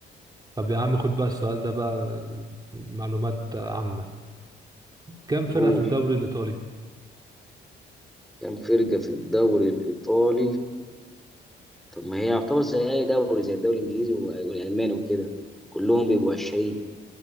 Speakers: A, on the right (about 20°); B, in the centre.
A: طب يا عم خد بقى السؤال ده بقى معلومات عامة كم فرقة
B: جول
A: في الدوري الإيطالي
B: كان فرقة في الدوري الإيطالي طب ما هي يعتبر زي اي دوري زي الدوري الانجليزي وال- والالماني وكده كلهم بيبقوا 20